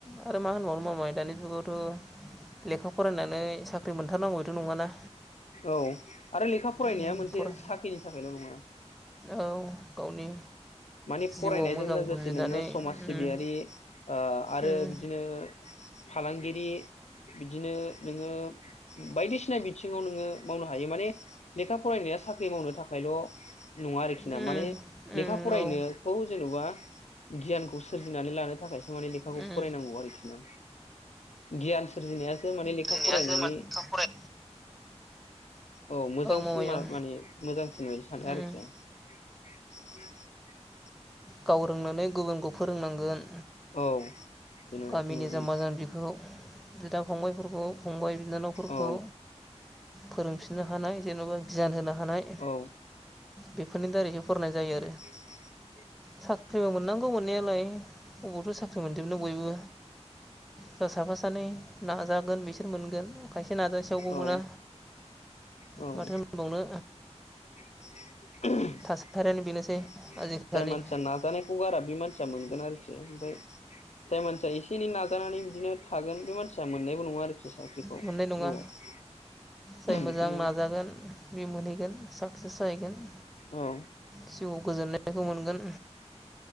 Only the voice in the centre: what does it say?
आरो मा होनो मामाय दानि जुगावथ'। लेखा फरायनानै साख्रि मोनथारनांगौ बेथ' नङाना।
उम
फराय
औ गावनि
जिउआव मोजां
बुजिनानै
उम
उम
उम
उम
औ
उम
बुजिनायासो
माने लेखा फराय
मावै औ
उम
गाव रोंनानै गुबुनखौ फोरोंनांगोन
गामिनि
जाम्बा जाम्बिखौ बिदा फंबायफोरखौ फंबाय बिनानावफोरखौ
फोरोंफिननो हानाय जेन'बा गियान होनो हानाय
बेफोरनि दारैसो फरायनाय जायो
आरो
साख्रिबो मोननांगौ मोननायालाय अबावथ' साख्रि मोनजोबनो बयबो जा साफा सानै नाजागोन बिसोर मोनगोन खायसे नाजासेयावबो
मोना
माथो होनबावनो
थासारियानो बेनोसै आजिखालि
मोननाय नङा
जाय मोजां
नाजागोन बे मोनहैगोन साक्सेस जाहैगोन
जिउआव गोजोननायखौ मोनगोन